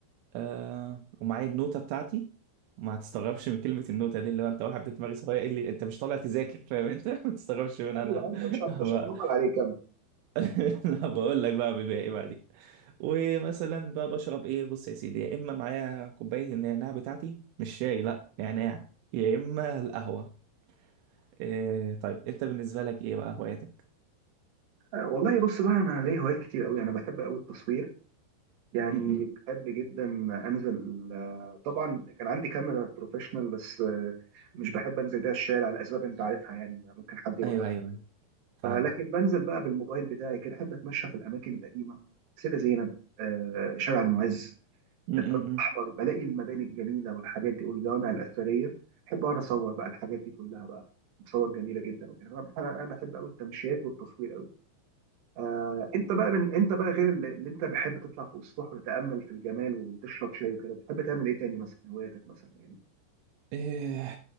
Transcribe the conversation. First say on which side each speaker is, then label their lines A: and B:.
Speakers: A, on the right; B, on the right.
A: آه ومعايا النوتة بتاعتي ما هتستغربش من كلمة النوتة دي اللي هو انت واحد بدماغي صغير ايه اللي انت مش طالع تذاكر فاهم انت <laughs> ما تستغربش من
B: ايوه
A: انا
B: ايوه مش هت- مش
A: بقى
B: هتنمر عليك كمل
A: <laughs> لا بقول لك بقى بعمل بيها ايه بعدين ومثلا بقى بشرب ايه بص يا سيدي يا اما معايا كوباية النعناع بتاعتي مش شاي لا نعناع يا اما القهوة إيه طيب انت بالنسبة لك ايه بقى هواياتك
B: آه، والله بص بقى انا ليا هوايات كتير قوي انا بحب قوي التصوير يعني
A: م-م.
B: بحب جدا انزل آه، طبعا كان عندي كاميرا بروفيشنال بس آه، مش بحب انزل بيها الشارع لاسباب انت عارفها يعني ممكن حد يوقفني
A: ايوه ايوه أيوة. فاهمك
B: فلكن بنزل بقى بالموبايل بتاعي كده احب اتمشى في الاماكن القديمه سيده زينب آه، شارع المعز
A: م-م-م.
B: الدرب الاحمر بلاقي المباني الجميله والحاجات دي والجوامع الاثريه احب اقعد اصور بقى الحاجات دي كلها بقى صور جميله جدا وكده انا انا بحب قوي التمشيات والتصوير قوي آه، انت بقى من انت بقى غير اللي اللي انت بحب تطلع فوق السطوح وتتامل في الجمال وتشرب شاي وكده بتحب تعمل ايه تاني مثلا هواياتك مثلا يعني
A: إيه